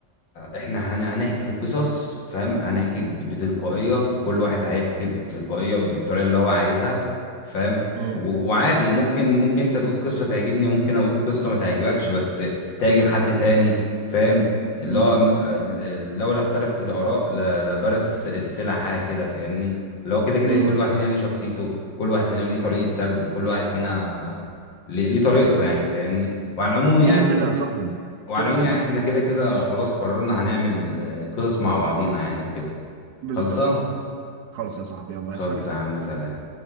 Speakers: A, on the left; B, on the right.
A: احنا هن- هنحكي القصص فاهم هنحكي ب- بتلقائية كل واحد هيحكي بتلقائية بالطريقة اللي هو عايزها فاهم
B: مم.
A: و- وعادي ممكن ممكن انت تقول قصة تعجبني ممكن اقول قصة ما تعجبكش بس تعجب حد تاني فاهم اللي
B: مم.
A: هو م- ال- لولا اختلفت الآراء ل- لبارت الس- السلع حاجة كده فاهمني اللي هو كده كده
B: مم.
A: كل واحد فينا ليه شخصيته كل واحد فينا ليه طريقة سرد وكل واحد فينا ليه ليه طريقته يعني فاهمني وعلى العموم يعني
B: كده كده يا صاحبي
A: وعلى
B: كده
A: العموم
B: كده
A: يعني احنا كده كده خلاص قررنا هنعمل آه، قصص مع بعضينا يعني وكده
B: بالظبط
A: خلصة
B: خالص يا صاحبي يلا عايز
A: خلصة
B: حاجة
A: يا عم سلام